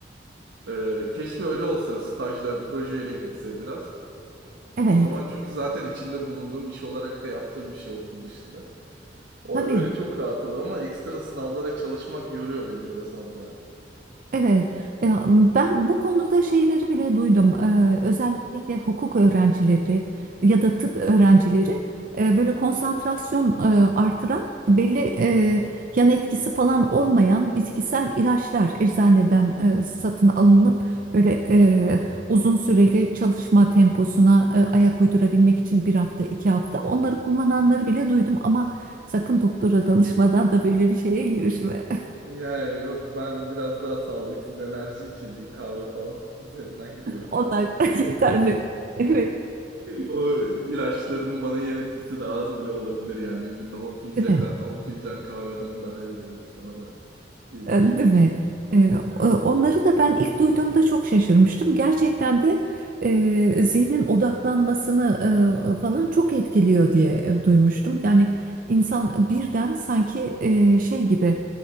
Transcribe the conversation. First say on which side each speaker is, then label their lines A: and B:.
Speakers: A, on the right; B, on the right.
A: Ee, keşke öyle olsa stajla, projeyle gitse biraz.
B: evet.
A: O zaman çünkü zaten içinde bulunduğum iş olarak da yaptığım bir şey okul dışında. O
B: Tabii,
A: öyle çok rahat olur ama ekstra sınavlara çalışmak yoruyor beni biraz abla ya.
B: evet. E, Ben bu konuda şeyleri bile duydum. E, Özellikle hukuk öğrencileri ya da tıp öğrencileri e, böyle konsantrasyon e, artıran belli e, yan etkisi falan olmayan bitkisel ilaçlar eczaneden e, satın alınıp böyle e,
A: Hmm.
B: uzun süreli çalışma temposuna e, ayak uydurabilmek için bir hafta, iki hafta onları kullananları bile duydum ama sakın doktora danışmadan da böyle bir şeye girişme.
A: Yani yok ben biraz daha sağlıksız enerji içeceği kahve falan <laughs> onun üzerinden gidiyorum
B: Onlar
A: daha çok. <laughs>
B: <laughs> yeterli. Evet.
A: O ilaçların bana yan etkisi daha az bile olabilir yani. Günde 10 fincan,
B: Değil mi?
A: ka- 10 fincan kahveden daha iyidir muhtemelen diye
B: E,
A: düşünüyorum.
B: Değil mi? E,
A: Yani.
B: o- onları da ben ilk duyduğumda çok şaşırmıştım. Gerçekten de e, zihnin odaklanmasını e, falan çok etkiliyor diye e, duymuştum. Yani insan birden sanki e, şey gibi